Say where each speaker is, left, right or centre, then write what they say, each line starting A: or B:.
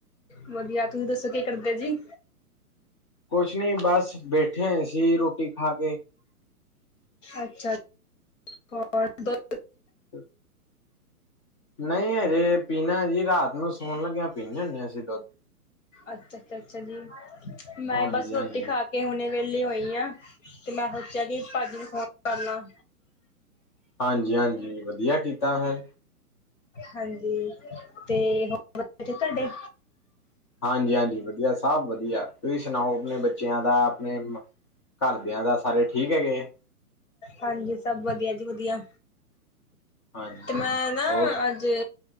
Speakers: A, on the left; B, on the left.
A: ਵਧੀਆ ਤੁਸੀਂ ਦੱਸੋ ਕੀ ਕਰਦੇ ਜੀ?
B: ਕੁਛ ਨਹੀਂ ਬਸ ਬੈਠੇ ਸੀ ਰੋਟੀ ਖਾ ਕੇ।
A: ਅੱਛਾ ਅ ਹੋਰ ਦ
B: <inaudible> ਨਹੀਂ ਹਜੇ ਪੀਨਾ ਏ ਜੀ ਰਾਤ ਨੂੰ ਸੌਣ ਲੱਗਿਆ ਪੀਂਦੇ ਹੁੰਦੇ ਅਸੀਂ ਦੁੱਧ।
A: ਅੱਛਾ ਅੱਛਾ ਅੱਛਾ ਜੀ ਮੈਂ
B: ਹਾਂਜੀ,
A: ਬਸ ਰੋਟੀ
B: ਹਾਂਜੀ,
A: ਖਾ ਕੇ ਕੇ ਹੁਣੇ ਵੇਹਲੀ ਹੋਈ ਆ ਤੇ ਮੈਂ ਸੋਚਿਆ ਕਿ ਭਾੱ ਜੀ ਨੂੰ ਫੋਨ ਕਰ ਲਾਂ।
B: ਹਾਂਜੀ ਹਾਂਜੀ ਵਧੀਆ ਕੀਤਾ ਫਿਰ।
A: ਹਾਂਜੀ ਤੇ ਹੋਰ ਤੁਹਾਡੇ
B: ਹਾਂਜੀ ਹਾਂਜੀ ਵਧੀਆ ਸਭ ਵਧੀਆ। ਤੁਸੀ ਸੁਣਾਓ ਅਪਣੇ ਬੱਚਿਆਂ ਦਾ ਅਪਣੇ ਘਰਦੇਆਂ ਦਾ ਸਾਰੇ ਠੀਕ ਹੈਗੇ ਏ।
A: ਹਾਂਜੀ ਸਭ ਵਧੀਆ ਜੀ ਵਧੀਆ
B: ਹਾਂਜੀ
A: ਤੇ ਮੈਂ ਨਾ
B: ਹੋਰ
A: ਜੇ